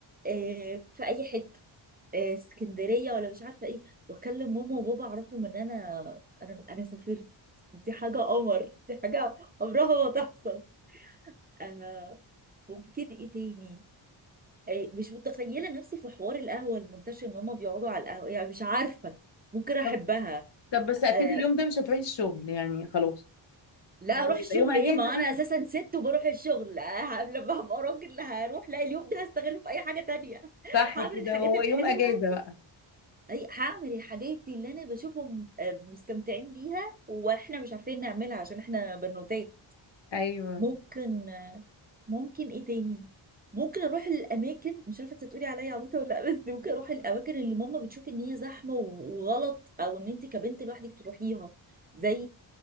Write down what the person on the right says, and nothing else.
آه، في اي حته آه، اسكندريه ولا مش عارفه ايه واكلم ماما وبابا اعرفهم ان انا انا انا سافرت دي حاجه قمر دي حاجه عمرها ما تحصل آه، ممكن ايه تاني آه، مش متخيله نفسي في حوار القهوه المنتشر ان هم بيقعدوا على القهوه يعني مش عارفه ممكن احبها
آه،
لا
اروح الشغل
ايه ما
انا اساسا ست وبروح الشغل آه، لما هبقى راجل هروح لا اليوم ده هستغله في اي حاجه تانية <laughs>
هعمل
الحاجات
الحلوه
اي هعمل الحاجات اللي انا بشوفهم آه، مستمتعين بيها واحنا مش عارفين نعملها عشان احنا بنوتات
ممكن ممكن ايه تاني ممكن اروح للاماكن مش عارفه انت تقولي عليا عبيطه ولا لا بس ممكن اروح الاماكن اللي ماما بتشوف ان هي زحمه و- وغلط او ان انت كبنت لوحدك تروحيها زي